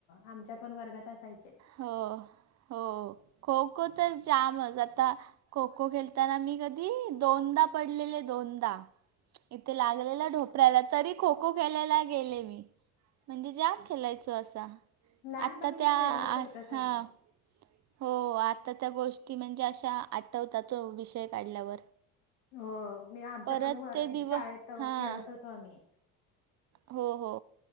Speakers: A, on the left; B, on the right.
A: आमच्या पण वर्गात असायचे.
B: हो हो खो खो तर जामच आता खो खो खेळताना मी कधी दोनदा पडलेले दोनदा इथ लागलेला ढोपऱ्याला तरी खो खो खेलायला गेले मी. म्हणजे जाम खेलायचो असा
A: लहानपणीच
B: आत्ता त्या
A: वेगळंच होतं सगळं
B: हां. हो आता त्या गोष्टी म्हणजे अशा आठवतात तो विषय काढल्यावर.
A: हो मी आमच्या
B: परत
A: पण वर
B: ते दिव
A: शाळेत
B: हां.
A: खेळत होतो आम्ही.
B: हो हो